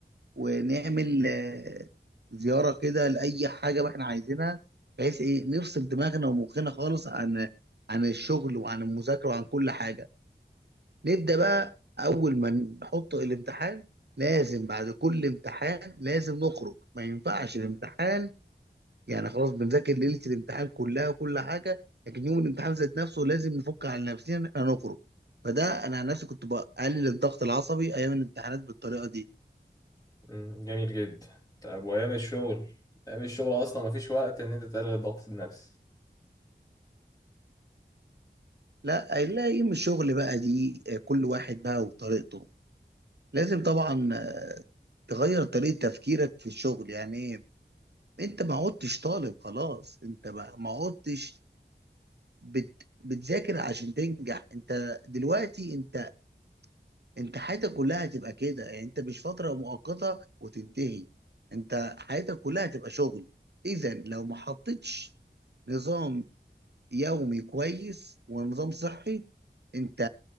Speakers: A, on the right; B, on the left.
A: ونعمل آه، زياره كده لاي حاجه ما احنا عايزينها بحيث ايه نفصل دماغنا ومخنا خالص عن عن الشغل وعن المذاكره وعن كل حاجه نبدأ بقى أول ما نحط الامتحان لازم بعد كل امتحان لازم نخرج ما ينفعش الامتحان يعني خلاص بنذاكر ليلة الامتحان كلها وكل حاجة لكن يوم الامتحان ذات نفسه لازم نفك على نفسنا إن إحنا نخرج فده أنا عن نفسي كنت بقلل الضغط العصبي أيام الامتحانات بالطريقة دي
B: مم، جميل جدا طب وايام الشغل ايام الشغل اصلا مفيش وقت ان انت تقلل الضغط النفسي
A: لا لا يوم الشغل بقى دي آه، كل واحد بقى وطريقته لازم طبعا تغير طريقة تفكيرك في الشغل يعني إيه؟ انت ما عدتش طالب خلاص انت ما ما عدتش بت بتذاكر عشان تنجح انت دلوقتي انت انت حياتك كلها هتبقى كده يعني انت مش فترة مؤقتة وتنتهي انت حياتك كلها هتبقى شغل اذا لو ما حطيتش نظام يومي كويس ونظام صحي انت